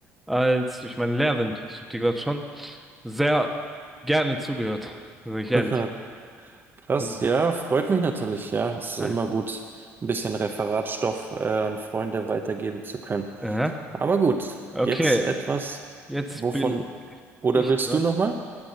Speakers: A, in the centre; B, on the right.
A: als durch meine Lehrerin. Ich habe dir gerade schon sehr gerne zugehört, sage ich ehrlich.
B: <laughs> Krass,
A: Also,
B: ja, freut mich natürlich. Ja, ist immer
A: ah,
B: gut, ein bisschen Referatstoff äh, an Freunde weitergeben zu können.
A: Aha.
B: Aber gut,
A: Okay,
B: jetzt etwas,
A: jetzt
B: wovon,
A: bin
B: oder
A: ich
B: willst
A: dran.
B: du nochmal?